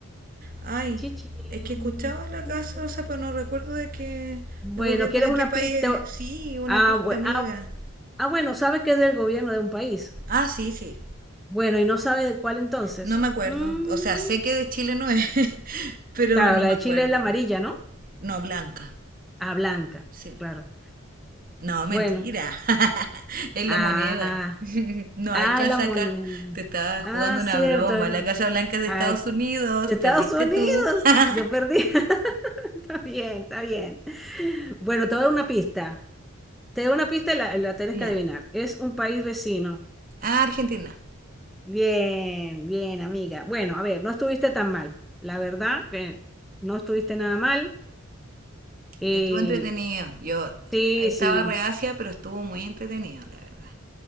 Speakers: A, on the right; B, in the centre.
A: Ay,
B: Chichín,
A: es que escuchaba la
B: chichín.
A: Casa Rosa, pero no recuerdo de qué,
B: Bueno,
A: de gobierno
B: ¿quieres
A: de
B: una
A: qué país
B: pista?
A: es. Sí, una
B: Ah,
A: pista
B: bue-
A: amiga.
B: ah, ah, bueno, sabe que es del gobierno de un país.
A: Ah, sí, sí.
B: Bueno, ¿y no sabe de cuál entonces?
A: No me acuerdo.
B: Mm,
A: O sea, sé que de Chile no es, <laughs> pero
B: claro,
A: no
B: la
A: me
B: de
A: acuerdo.
B: Chile es la amarilla, ¿no?
A: No, Blanca.
B: Ah, blanca,
A: Sí.
B: claro.
A: No, mentira.
B: Bueno,
A: <laughs> Es la
B: ah,
A: moneda. <laughs> No
B: ah,
A: hay casa
B: es la moneda.
A: acá. Te estaba jugando
B: Ah, cierto.
A: una broma.
B: eh,
A: La Casa Blanca es de
B: ah,
A: Estados Unidos.
B: de
A: Perdiste
B: Estados Unidos.
A: tú. <laughs>
B: Yo perdí. <laughs> Está bien, está bien. Bueno, te voy a dar una pista. Te doy una pista y la, la tienes
A: Ya.
B: que adivinar. Es un país vecino.
A: Ah, Argentina.
B: Bien, bien, amiga. Bueno, a ver, no estuviste tan mal. La verdad que no estuviste nada mal. Eh,
A: Estuvo entretenido. Yo
B: sí,
A: estaba
B: sí.
A: reacia, pero estuvo muy entretenido, la verdad.